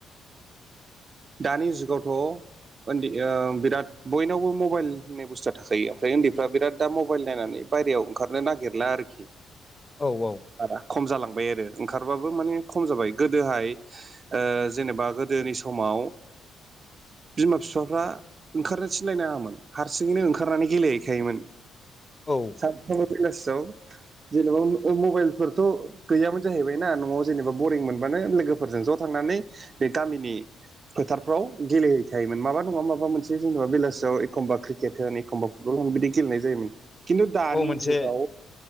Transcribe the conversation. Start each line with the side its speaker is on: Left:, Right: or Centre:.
Right: दानि जुगावथ' ओन्दै ओ बिराद बयनावबो मबाइल होननाय बुस्थुआ थाखायो। ओमफ्राय उन्दैफ्रा बिराद दा मबाइल नायनानै बायेरायाव ओंखारनो नागिरला आरोखि।
Left: औ औ‌।
Right: <unintelligible> खम जालांबाय आरो ओंखारबाबो माने खम जाबाय गोदोहाय ओ जेनेबा गोदोनि समाव बिमा फिफाफ्रा ओंखारनो थिनलायनाङामोन हारसिङैनो ओंखारनानै गेलेहैखायोमोन।
Left: औ।
Right: <unintelligible> बेलासियाव जेनबा मबाइलफोरथ' गैयामोन जाहैबाय ना न'आव जेनेबा बरिं मोनबानो लोगोफोरजों ज' थांनानै बे गामिनि फोथारफ्राव गेलेहैखायोमोन माबा नङा माबा मोनसे जेनेबा बेलासियाव एखमबा क्रिकेट होन एखम्बा फुटबल बिदि गेलेनाय जायोमोन खिन्थु दानि
Left: औ मोनसे
Right: जुगाव